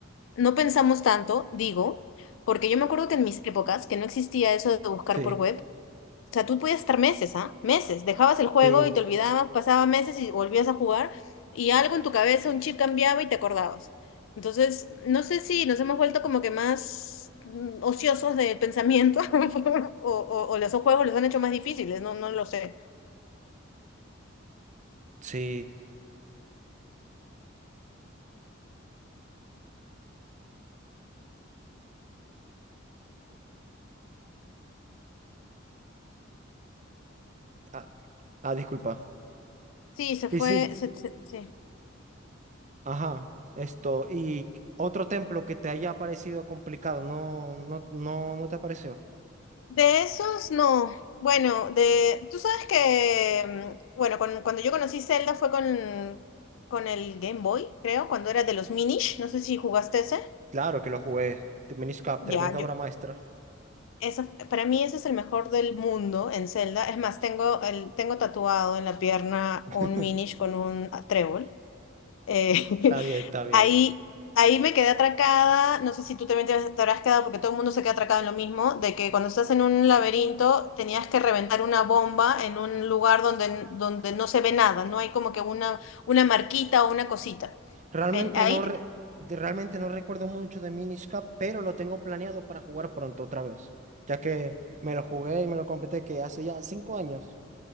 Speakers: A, on the left (about 75°); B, on the right (about 40°).
A: no pensamos tanto, digo, porque yo me acuerdo que en mis épocas, que no existía eso de buscar
B: Sí,
A: por web, O sea, tú podías estar meses, ¿ah? Meses. Dejabas el juego
B: sí,
A: y te olvidabas, pasaba meses y volvías a jugar y algo en tu cabeza, un chip cambiaba y te acordabas. Entonces, no sé si nos hemos vuelto como que más mm, ociosos del pensamiento <laughs> o, o, o los juegos los han hecho más difíciles, no, no lo sé.
B: sí. Ah, ah, disculpa.
A: Sí, se fue,
B: Y sí,
A: se- se- sí.
B: ajá, esto. ¿Y otro templo que te haya parecido complicado? No, no, no, no te pareció.
A: De esos, no. Bueno, de, tú sabes que, mm, bueno, con- cuando yo conocí Zelda fue con, con el Game Boy, creo, cuando era de los Minish, no sé si jugaste ese.
B: Claro que lo jugué. Minish Cap,
A: Ya,
B: tremenda
A: yo,
B: obra maestra.
A: Eso, para mí ese es el mejor del mundo en Zelda. Es más, tengo, el, tengo tatuado en la pierna
B: <laughs>
A: un Minish con un trébol. Eh, <laughs>
B: Está bien, está bien.
A: ahí, ahí me quedé atracada. No sé si tú también te, te habrás quedado porque todo el mundo se queda atracado en lo mismo, de que cuando estás en un laberinto tenías que reventar una bomba en un lugar donde, donde no se ve nada, no hay como que una, una marquita o una cosita.
B: Realmente
A: En- ahí,
B: no,
A: te-
B: re- de- realmente no recuerdo mucho de Minish pero lo tengo planeado para jugar pronto otra vez, ya que me lo jugué y me lo completé que hace ya cinco años